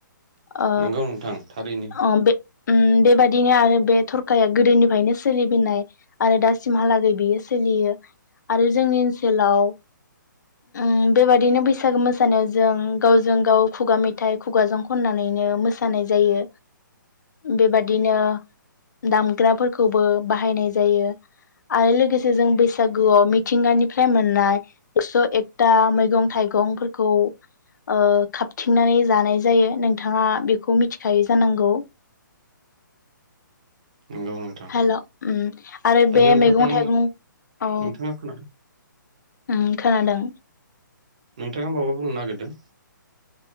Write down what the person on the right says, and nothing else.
नोंगौ नोंथां थारैनो
नोंगौ नोंथां
दा
नोंथां
नोंथाङा खोनादों
नोंथाङा माबा बुंनो नागिरदों?